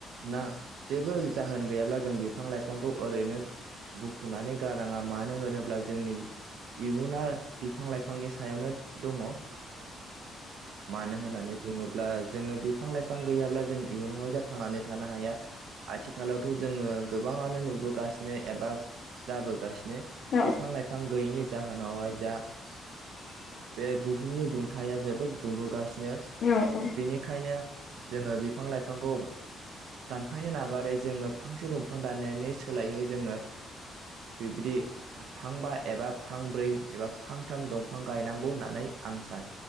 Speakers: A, on the right (about 80°); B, on the left (about 65°).
A: ना जेबो जाहोन गैयाब्ला जों बिफां लाइफांखौ ओरैनो बुखुनानै गारनाङा मानो होनोब्ला जोंनि इयुना बिफां लाइफांनि सायावनो दङ। मानो होननानै बुङोब्ला जोङो बिफां लाइफां गैयाब्ला जों इयुनावहाय जाथ थांनानै थानो हाया आथिखालावथ' जोङो गोबाङानो नुबोगासिनो एबा जाबोगासिनो
B: औ
A: बिफां लाइफां गैयैनि जाउनावहाय जा बे बुहुमनि दुंथाया जोबोद दुंबोगास सिनो
B: औ औ
A: बिनिखायनो जोङो बिफां लाइफांखौ दानफायनो नागारै जोङो फांसे दंफां दाननायनि सोलायै जोङो बिबदि फांबा एबा फांब्रै एबा फांथाम दंफां गायनांगौ होननानै आं सा